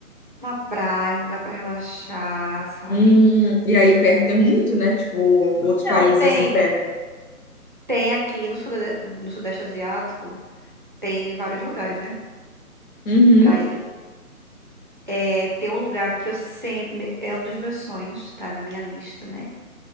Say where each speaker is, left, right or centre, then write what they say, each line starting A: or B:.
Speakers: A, on the right; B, on the left.
A: uma praia, um lugar para relaxar, sabe?
B: Hum, E aí perto tem muito, né? Tipo, outros
A: Não,
B: países
A: tem.
B: assim perto.
A: Tem aqui no Sudeste, no Sudeste Asiático, tem vários lugares, né?
B: Uhum.
A: Pra ir. É, tem um lugar que eu sempre. É um dos meus sonhos, tá na minha lista, né?